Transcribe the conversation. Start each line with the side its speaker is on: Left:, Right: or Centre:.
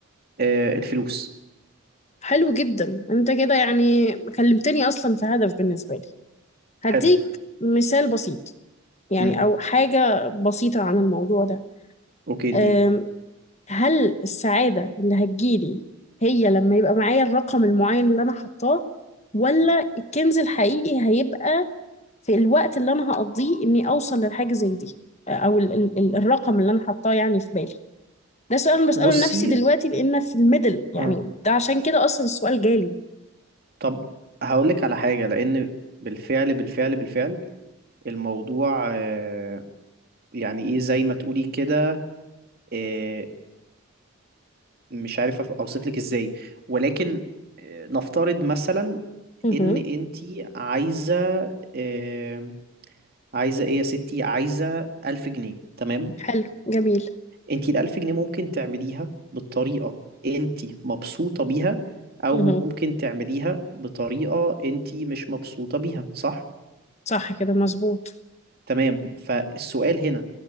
Right: آه الفلوس
Left: حلو جدا انت كده يعني كلمتني اصلا في هدف بالنسبة لي هديك
Right: حلو
Left: مثال بسيط يعني
Right: امم
Left: أو حاجة بسيطة عن الموضوع ده
Right: اوكي اديني
Left: أم، هل السعادة اللي هتجيلي هي لما يبقى معايا الرقم المعين اللي أنا حطاه ولا الكنز الحقيقي هيبقى في الوقت اللي أنا هقضيه إني أوصل للحاجة زي دي أو ال ال ال- الرقم اللي أنا حطاه يعني في بالي ده سؤال أنا بسأله
Right: بصي
Left: لنفسي دلوقتي لأن في الميدل يعني
Right: اه
Left: ده عشان كده أصلا السؤال جالي
Right: طب هقولك على حاجة لأن بالفعل بالفعل بالفعل الموضوع آه يعني ايه زي ما تقولي كده آه مش عارف اوصف لك ازاي ولكن آه نفترض مثلا
Left: مهم.
Right: ان انتي عايزة آه عايزة ايه يا ستي عايزة ألف جنيه تمام
Left: حلو جميل
Right: انت الألف جنيه ممكن تعمليها بالطريقة انت مبسوطة بيها أو
Left: مهم.
Right: ممكن تعمليها بطريقة انت مش مبسوطة بيها صح؟
Left: صح كده مظبوط
Right: تمام فالسؤال هنا